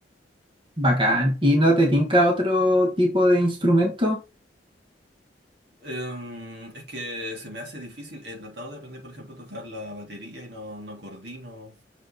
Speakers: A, on the right; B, on the right.
A: Bacán. ¿Y no te tinca otro tipo de instrumento?
B: Em, es que se me hace difícil. He tratado de aprender, por ejemplo, a tocar la batería y no, no coordino.